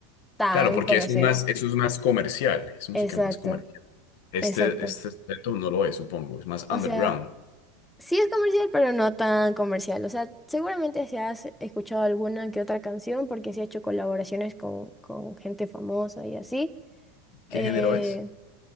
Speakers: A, in the centre; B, on the left (about 55°).
A: tan
B: Claro, porque
A: conocido.
B: eso es más, eso es más comercial, es música
A: Exacto,
B: más comercial. Este,
A: exacto.
B: este aspecto no lo es, supongo. Es más
A: O
B: underground.
A: sea, sí es comercial, pero no tan comercial. O sea, seguramente se has escuchado alguna que otra canción porque sí ha hecho colaboraciones con, con gente famosa y así.
B: ¿Qué
A: Eh,
B: género es?